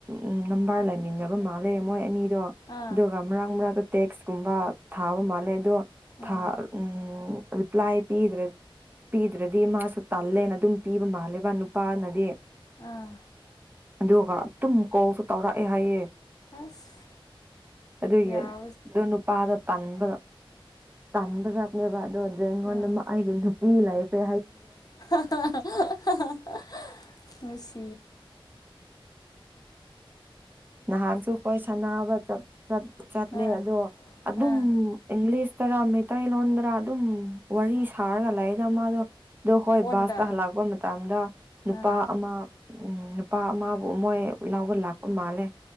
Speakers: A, on the right; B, on the left.
A: ꯎ ꯅꯕꯥꯔ ꯂꯩꯃꯤꯟꯅꯕ ꯃꯥꯜꯂꯦ ꯃꯣꯏ ꯑꯅꯤ ꯑꯣ
B: ꯑꯥ
A: ꯑꯗꯨꯒ ꯃꯔꯛ ꯃꯔꯛꯇ ꯇꯦꯛꯁꯀꯨꯝꯕ ꯊꯥꯕ ꯃꯥꯜꯂꯦ ꯑꯗꯣ ꯊ
B: ꯑꯥ
A: ꯎꯝ ꯔꯤꯞ꯭ꯂꯥꯏ ꯄꯤꯗ꯭ꯔꯦ ꯄꯤꯗ꯭ꯔꯗꯤ ꯃꯥꯁꯨ ꯇꯜꯂꯦꯅ ꯑꯗꯨꯝ ꯄꯤꯕ ꯃꯥꯜꯂꯦꯕ ꯅꯨꯄꯥꯅꯗꯤ
B: ꯑꯥ
A: ꯑꯗꯨꯒ ꯑꯗꯨꯝ ꯀꯣꯁꯨ ꯇꯧꯔꯛꯑꯦ ꯍꯥꯏꯌꯦꯦ
B: ꯑꯁ
A: ꯑꯗꯨꯒꯤ
B: ꯌꯥꯎ
A: ꯑꯗꯨ ꯅ ꯄꯔ ꯇꯟꯕ ꯇꯟꯕ ꯆꯠꯅꯦꯕ ꯑꯗꯨꯣꯗ ꯍꯣꯟꯅ
B: ꯎꯝ
A: ꯃꯥꯒꯤ ꯃꯤ ꯂꯥꯛꯑ ꯄꯦ
B: <unintelligible>
A: ꯅꯍꯥꯟꯁꯨ ꯍꯣꯏ ꯁꯥꯟꯅꯕ ꯆꯠꯂꯦ
B: ꯑꯥ
A: ꯑꯗꯣ ꯑꯗꯨꯝ
B: ꯑꯥ
A: ꯏꯪꯂꯤꯁ ꯇꯔꯥ ꯃꯩꯇꯩꯂꯣꯟꯗꯔ ꯑꯗꯨꯝ ꯋꯥꯔꯤ ꯁꯥꯔꯒ ꯂꯩꯗ ꯃꯥꯗꯣ ꯑꯗꯣ ꯍꯣꯏ
B: ꯐꯣꯟꯗ
A: ꯕꯥꯁꯇ ꯍꯜꯂꯛꯄ ꯃꯇꯝꯗ ꯅꯨꯄꯥ
B: ꯑꯥ
A: ꯑꯃ ꯎꯝ ꯅꯨꯄꯥ ꯑꯃꯕꯨ ꯃꯣꯏ ꯂꯥꯎꯕ ꯂꯥꯛꯄ ꯃꯥꯜꯂꯦ